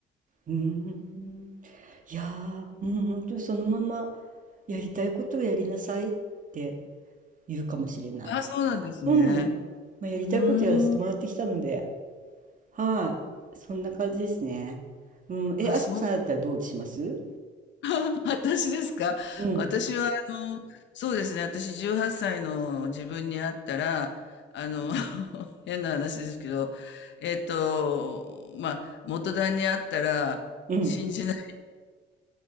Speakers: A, on the right; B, on the left.
A: うん。うんいやー、もう本当にそのままやりたいことをやりなさいって言うかもしれな
B: あ、そうなんですね。
A: い。うん。まあ、やりたいことやらせてもらってきたので、
B: うーん。
A: はい。そんな感じですね。うん。え、
B: あ、
A: あすこさんだったらどうします
B: そう。<laughs> 私ですか私は、
A: うん。
B: あの、そうですね。私、18歳の自分に会ったら、あの、<laughs> 変な話ですけど、えっと、まあ、元旦に会ったら、
A: うん。
B: 信じない、